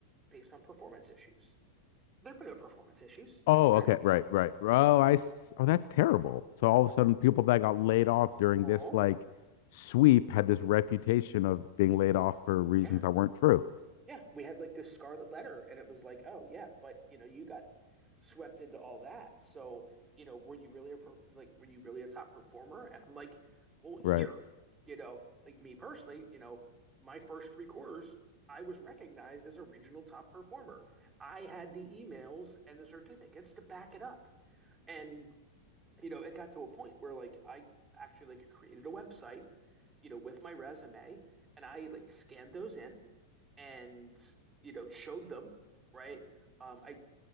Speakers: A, on the right; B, on the left.
A: based on performance issues. There were no performance issues.
B: Oh,
A: None.
B: okay. Right, right. Oh, I s- oh that's terrible. So all of a sudden people that got laid off
A: Oh,
B: during
A: oh,
B: this like sweep had this reputation of being laid off for reasons
A: yeah
B: that weren't true.
A: Yeah, we had like this scarlet letter, and it was like, oh yeah, but you know, you got swept into all that. So, you know, were you really a per like were you really a top performer? And I'm like, well, here,
B: Right.
A: you know, like me personally, you know, my first three quarters, I was recognized as a regional top performer. I had the emails and the certificates to back it up. And, you know, it got to a point where like I actually like created a website, you know, with my resume, and I like scanned those in and you know showed them, right? Um, I